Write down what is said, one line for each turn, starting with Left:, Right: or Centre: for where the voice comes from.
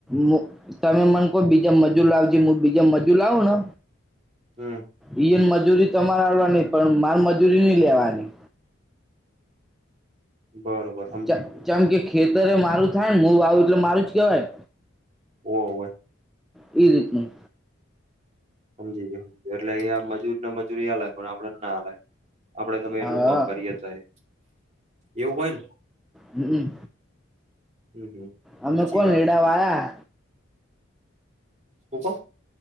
Centre: મુ તમે મને કહ બીજા મજુ લાવજે હુ બીજા મજુર લાવું ને
Right: હમ
Centre: ઈય મજૂરી તમારે આલવા ની પણ માલ મજૂરી નઈ લેવાતી.
Right: બરોબર સમજી
Centre: ચ ચમ કે ખેતરે એ મારું થાય ને હું વાવું એટલે મારું જ કેવાય.
Right: ઓવ હોય,
Centre: ઈ રીતનું,
Right: હમજી ગયો એટલે અહીંયા મજૂર ને મજૂરી આલે પણ આપડે ના આલાય. આપડે ગમે એટલું
Centre: હા
Right: કોમ કરીએ તો એ એવું હોય ને,
Centre: હમ,
Right: હમ હમ
Centre: અમને
Right: સાચી
Centre: કો
Right: વાત
Centre: એડા વાયા,
Right: હું કો,